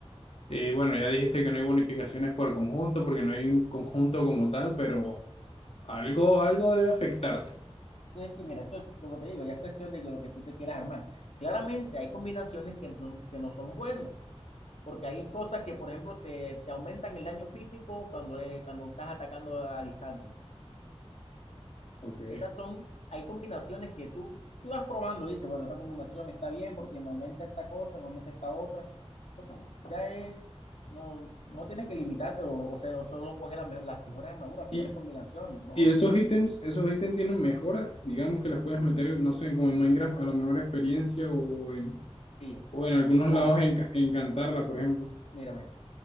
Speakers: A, on the left (about 65°); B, on the left (about 80°).
A: eh, bueno, ya dijiste que no hay bonificaciones por conjunto, porque no hay un conjunto como tal, pero algo, algo debe afectarte.
B: no es que mira, eso, como te digo, ya es cuestión de lo que tú te quieras armar. Claramente hay combinaciones que no, que no son buenas, porque hay cosas que, por ejemplo, te, te aumentan el daño físico cuando, eh, cuando estás atacando a distancia.
A: Ok.
B: Esas son, hay combinaciones que tú, tú vas probando y dices, bueno, esta combinación está bien porque me aumenta esta cosa, me aumenta esta otra. Eso como- ya es, no, no tienes que limitarte o, o sea, o solo coger las, me- las mejores armaduras, peores
A: Y,
B: combinaciones, no.
A: y esos ítems, esos ítems tienen mejoras, digamos que las puedes meter, no sé, como en Minecraft, a la mejor experiencia o en,
B: Pilla.
A: o en algunos
B: La,
A: lados en, Ca- en Cantarla, por ejemplo.
B: mira, mira,